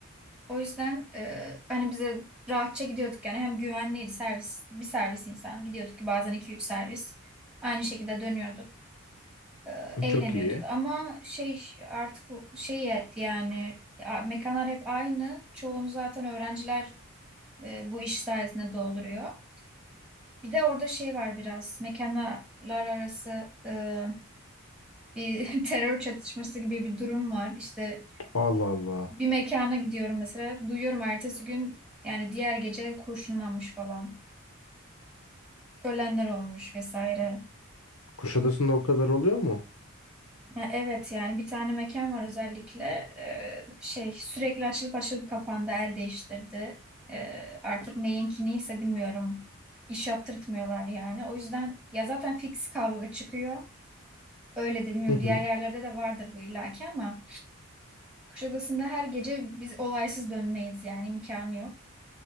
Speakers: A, in the centre; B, on the left.
A: O yüzden e, hani bize rahatça gidiyorduk yani hem güvenliydi servis bir servis insan gidiyorduk ki bazen iki üç servis aynı şekilde dönüyorduk. e, eğleniyorduk
B: Çok iyi.
A: ama şey artık şey et yani a- mekanlar hep aynı. Çoğunu zaten öğrenciler e, bu iş sayesinde dolduruyor. Bir de orada şey var biraz mekanlar arası e, bir <laughs> terör çatışması gibi bir durum var. İşte
B: Allah Allah.
A: bir mekana gidiyorum mesela duyuyorum ertesi gün yani diğer gece kurşunlanmış falan. Ölenler olmuş vesaire.
B: Kuşadası'nda o kadar oluyor mu?
A: Ya evet yani bir tane mekan var özellikle Ee, şey sürekli açılıp açılıp kapandı el değiştirdi. Ee, artık neyinki neyse bilmiyorum iş yaptırtmıyorlar yani. O yüzden ya zaten fix kavga çıkıyor. Öyledir bilmiyorum
B: Hı hı.
A: diğer yerlerde de vardır bu illaki ama Kuşadası'nda her gece biz olaysız dönmeyiz yani imkanı yok.